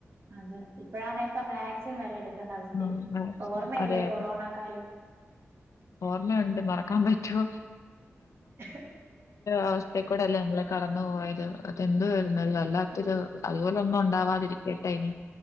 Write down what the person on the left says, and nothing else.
ആഹ് വാക്സിൻ
അതെ
അതെ
ഓർമ്മയുണ്ട് മറക്കാൻ പറ്റോ?
അവസ്ഥക്കൂടെല്ലേ ഞങ്ങൾ കടന്നു പോയത് അതെന്തു വല്ലാത്തൊരു
അതുപോലെ ഒന്നും ഉണ്ടാവാതിരിക്കട്ടെ ഇനി